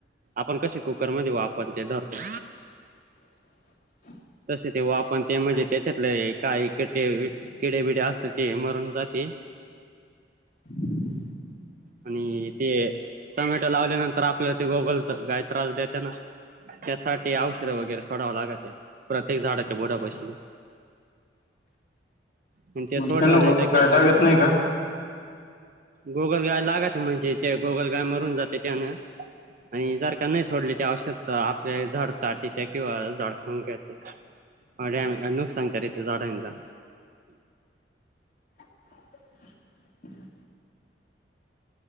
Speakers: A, on the right; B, on the left.
A: आपण कसे कुकरमध्ये वापण ते धरतो,
B: <inaudible>
A: तसे तेव्हा आपण ते म्हणजे त्याच्यातले काही क किडे्या बिडे असतात ते मरून जाते.
B: ह <unintelligible>
A: आणि ते टमॅटो लावल्यानंतर आपल्या ते गोगल गाय त्रास देत ना? त्यासाठी औषध वगैरे सोडावं लागत या प्रत्येक झाडाच्या बुडापाशी. आणि ते
B: मग
A: सोडलं
B: त्या न
A: नाही
B: गो
A: तर
B: काय लागत नाही का?
A: गोगल गाय लागायच म्हणजे ते गोगल गाय मरून जाते त्यान. आणि जर का नाही सोडले ते आवश्यकता आपले झाड चाटी त्या किंवा झाड खाऊन घे डॅम नुकसान करिती झाडांचा.
B: <inaudible>